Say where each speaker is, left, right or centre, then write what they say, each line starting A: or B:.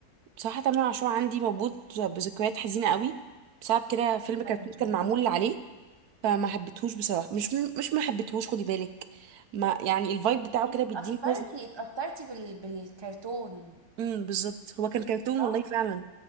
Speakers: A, on the right; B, on the right.
A: بصراحه تامر عاشور عندي مربوط بذكريات حزينه قوي بسبب كده فيلم كرتون
B: ايوه
A: كان
B: ايوه
A: معمول عليه فما حبيتهوش بصراحه مش مش ما حبيتهوش خدي بالك ما يعني الفايب بتاعه
B: انت
A: كده بيديني
B: اتأثرتي
A: حزن
B: اتأثرتي بال... بالكرتون
A: امم بالظبط هو كان كرتون
B: صح
A: والله فعلا